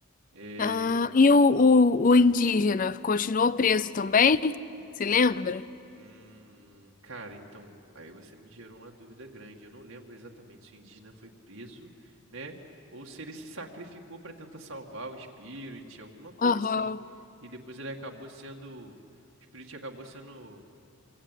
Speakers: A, on the right; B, on the left.
A: Eh,
B: Ah, e o, o, o indígena continuou preso também? Se lembra?
A: Hum, cara, então, aí você me gerou uma dúvida grande. Eu não lembro exatamente se o indígena foi preso, né? Ou se ele se sacrificou para tentar salvar o Spirit, alguma coisa
B: Aham.
A: assim. E depois ele acabou sendo. O Spirit acabou sendo